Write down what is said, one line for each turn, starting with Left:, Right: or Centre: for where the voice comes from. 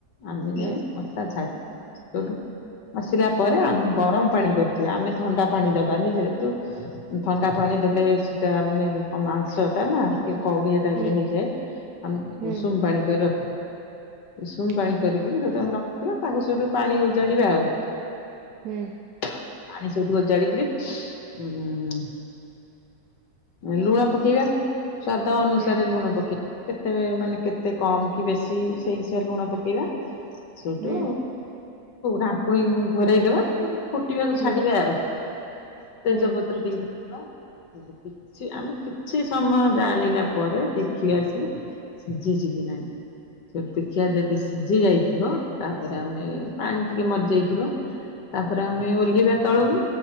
Left: ଆମେ ଯାଇ
Right: ହୁଁ
Left: କଶା ଛାଡିବା ହେଉଠୁ କସିଲା ପରେ ଆମେ ଗରମ ପାଣି କରିଥିବା ଆମେ ଥଣ୍ଡା ପାଣି ଦବାନି ଯେହେତୁ ଥଣ୍ଡା ପାଣି ଦେଲେ ସେଟା ମାନେ କଣ ମାଂସଟା ନା ଟିକେ କଉଡିଆ ଟାଇପର
Right: ହୁଁ
Left: ହେଇଯାଏ ଆମେ
Right: ହୁଁ
Left: ଉଷୁମ ପାଣି କରି ରଖିଥି ଉସୁୁମ ପାଣି
Right: ହୁଁ
Left: କରିକିରି ସେଉଠୁ ଆମେ ରଖିଥିବା ତାଙ୍କ ସେଉଠୁ ପାଣି ଓଜାଡିବା ଆଉ।
Right: ହୁଁ।
Left: ପାଣି ସେଇଠୁ ଓଜାଡିକିରି ଉଁଁ ମୁଁ ଏଇ ଲୁଣ ପକେଇବା। ସ୍ଵାଦ ଅନୁସାରେ
Right: ହୁଁ
Left: ଲୁଣ ପକେଇବା କେତେ ମାନେ କେତେ କମ୍ କି ବେଶୀ ସେଇ ହିସାବରେ ଲୁଣ ପକେଇବା ସେଇଠୁ
Right: ହୁଁ
Left: ଢାଙ୍କୁଣୀ ଘୋରେଇ ଦେବା ତାପରେ ଫୁଟିବାକୁ ଛାଡିବା
Right: ହୁଁ
Left: ଆଉ ତେଜପତ୍ର
Right: ହୁଁ
Left: ଟିକେ ପ୍ ବା ତାପ କିଛି ଆମେ କିଛି ସମୟ ଜାଳିଲା ପରେ ଦେଖି ଆସି ସିଝିଚି କି ନାଇଁ ସେଉଠୁ ଦେଖିବା ଯଦି ସି ସିଝି ଯାଇଥିବ ତାପରେ ଆମେ ପାଣି ଟିକେ ମରିଯାଇଥିବ ତାପରେ ଆମେ ଓହ୍ଲେଇବା ତଳକୁ